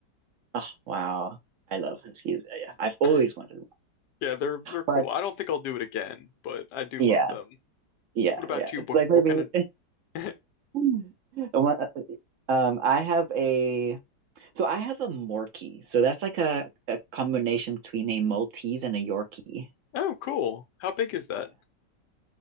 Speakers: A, on the right; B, on the left.
A: Oh wow. I love huskies. Yeah. yeah. I've always
B: <laughs>
A: wanted one.
B: Yeah, they're they're cool.
A: But
B: I don't think I'll do it again, but I do
A: yeah,
B: love them.
A: yeah,
B: What about
A: yeah.
B: you?
A: It's
B: What
A: like maybe
B: what kind of
A: <laughs> one- um I have a so I have a Morkie. So that's like a, a combination between a Maltese and a Yorkie.
B: <laughs> Oh, cool. How big is that?